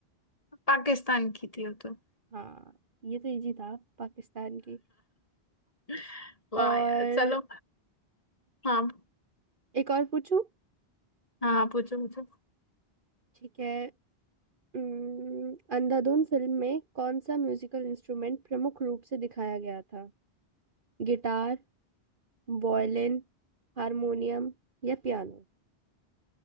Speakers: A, on the left; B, on the right.
A: पाकिस्तान की थी वो तो
B: हाँ ये तो इजी था पाकिस्तान की
A: <laughs> वाह
B: और
A: यार चलो हाँ
B: एक और पूछूं
A: हाँ पूछो पूछो
B: ठीक है अम्म, अंधाधुन फिल्म में कौन सा म्यूजिकल इंस्ट्रूमेंट प्रमुख रूप से दिखाया गया था गिटार वॉयलिन हारमोनियम या पियानो